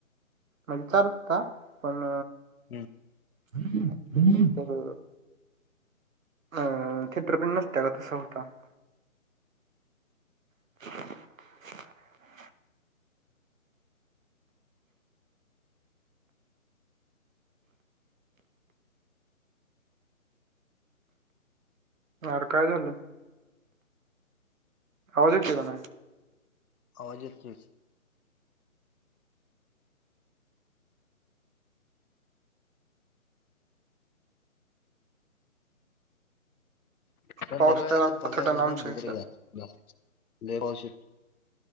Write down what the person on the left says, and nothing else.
हम्म!
आवाज येतोयच. संध्याकाळी
आता
बघायचं,
जमलं
तर <unintelligible>